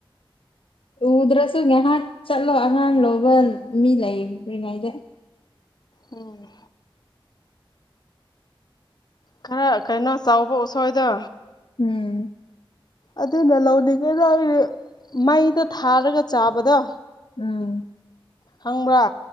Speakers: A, on the left; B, on the left.
A: ꯎꯗ꯭ꯔ ꯁꯨ ꯇꯄ ꯉꯥꯏꯍꯥꯛ ꯆꯠꯂꯣ ꯑꯉꯥꯡ ꯂꯧꯕ ꯃꯤ ꯂꯩꯔꯤꯉꯩꯗ
B: ꯎꯝ ꯈꯔ ꯀꯩꯅꯣ ꯆꯥꯎꯕ ꯎꯁꯣꯏꯗ
A: ꯎꯝ
B: ꯑꯗꯨꯅ ꯂꯧꯅꯤꯡꯉꯦꯗ ꯑꯩ ꯃꯩꯗ ꯊꯥꯔꯒ ꯆꯥꯕꯗꯣ
A: ꯎꯝ
B: ꯈꯪꯕ꯭ꯔꯥ